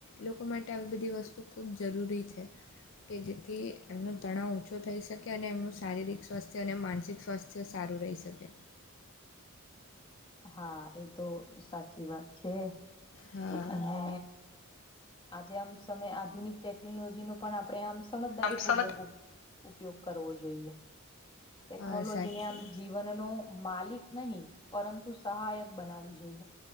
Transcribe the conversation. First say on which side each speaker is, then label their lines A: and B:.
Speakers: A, on the left; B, on the left.
A: લોકો માટે આવી બધી વસ્તુ ખૂબ જરૂરી છે. કે જેથી એમનો તણાવ ઓછો થઈ શકે અને એમનું શારીરિક સ્વાસ્થ્ય અને માનસિક સ્વાસ્થ્ય, એ સારું રહી શકે.
B: હા એ તો સાચી વાત છે
A: હા
B: અને, આજે આમ સમય આધુનિક ટેકનોલોજી નો પણ આપણે આમ સમજદારીપૂર્વક
A: આમ સમજ
B: ઉપ ઉપયોગ કરવો જોઈએ. ટેકનોલોજીને
A: હા સાચી
B: આમ જીવનનો માલિક નહીં પરંતુ સહાયક બનાવી જોઈએ.